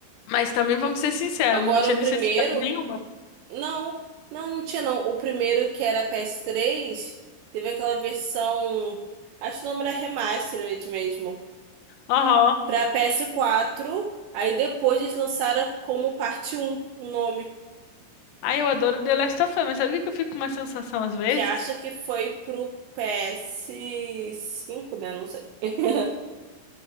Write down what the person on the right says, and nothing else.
Agora
o
primeiro
Não, não, não tinha não. O primeiro que era ps três teve aquela versão, acho que o nome era Remastered mesmo,
pra ps quatro Aí depois eles lançaram como parte um o nome,
que acha que foi pro ps cinco né? Não sei. <laughs>